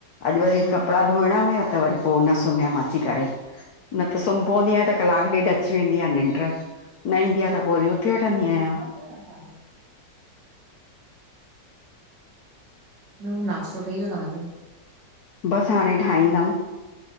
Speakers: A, on the left (about 60°); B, on the right (about 75°).
A: अॼु वरी
B: हा
A: कपिड़ा धोइणा हुया त वरी पोइ न सुमियम अची करे। न त सुम् पोवंदी आहियां त कलाकु ॾेढु अची वेंदी आ निंड् न ईंदी आहे त पोइ ऊथ उथी वठंदी आहियां।
B: बर <unintelligible> तार ॿियो। नास्तो ठही वियो तहांजो?
A: बसि हाणे ठाहींदमि।